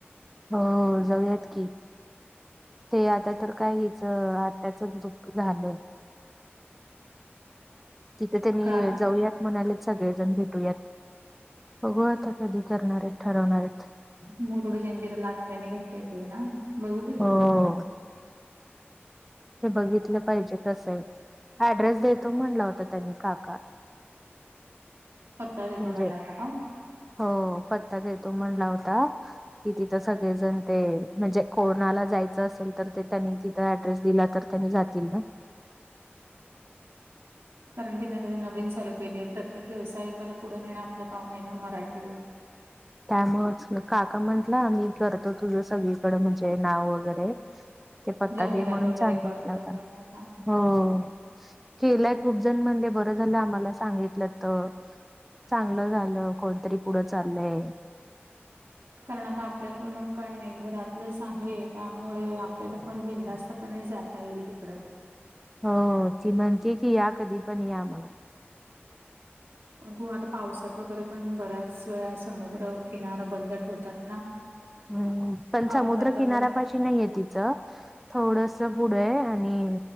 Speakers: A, in the centre; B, on the right.
A: हो हो जाऊयात की. ते आता तर काय हीच आत्या चच दुख झालंय. तिथ त मी
B: का
A: जाऊयात. म्हणालेत सगळेजण भेटूयात, बघु आता कधी करणार आहेत ठरवणार आहेत.
B: मुरुड जंजीर्याला आत्यांनी घेतलेे ते ना बघू की तिकडे
A: हो
B: पण.
A: ते बघितल पाहिजे कस हे ऍड्रेस देतो म्हनला होता त्यांनी काका
B: पत्ता देतो
A: म्हणजे
B: म्हणला होता का
A: हो पत्ता देतो म्हणला होता. कि तिथं सगळेजण ते म्हणजे कोनाला जायचं असेल, तर ते त्यांनी तिथं ऍड्रेस दिला तर त्यांनी जातील ना. <inaudible>
B: कारण तिने तिथे नवीन चालू केली आहे, प्रत्येक व्यावसायिकाला पुढे नेंन आपलं काम आहे ना मराठीवर.
A: त्यामुळेच काका म्हटल, मी करतो तुझं सगळीकडें म्हणजे नाव वगैरे. ते पत्ता
B: जाहिरात
A: दे म्हणून
B: वगैरे
A: छान घेतला
B: करतय
A: होता.
B: त्यांनी आता
A: हो केलाय खूपजण म्हणे ब कसं झाल आम्हाला सांगितलत, चांगल झाल कोणीतरी पुढ चाललंय.
B: कारण आता आपल्याला पण, मग काय नाही घरात लस आहे, त्यामुळे आपल्याला पण बिंदास्तपणे जाता येईल तिकड.
A: हो, ती म्हणते की, या कधी पण या म्हणुन
B: हो आता पावसात वगैरे पण, बऱ्याच वेळा समुद्र किनारा बंद ठेवतात ना.
A: हम्म पण समुद्रकिनाऱ्यापाशी
B: अपघात वगैरे
A: नाहीये तिच थोडस पुढ हाय आणि,